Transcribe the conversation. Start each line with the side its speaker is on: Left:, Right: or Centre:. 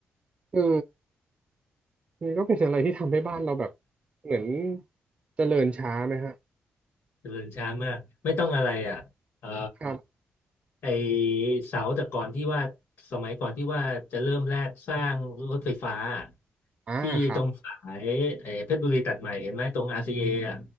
Right: เออมันก็เป็นอะไรที่ทำให้บ้านเราแบบเหมือนเจริญช้าไหมฮะ
Left: เจริญช้ามากไม่ต้องอะไรอ่ะเอ่อ
Right: ครัรับ
Left: ไอเสาแต่ก่อนที่ว่าสมัยก่อนที่ว่าจะเริ่มแรกสร้างรถไฟฟ้า
Right: อ่าครับ
Left: ที่ตรงสายไอเพชรบุรีตัดใหม่เห็นไหมตรง RCA ออ่ะ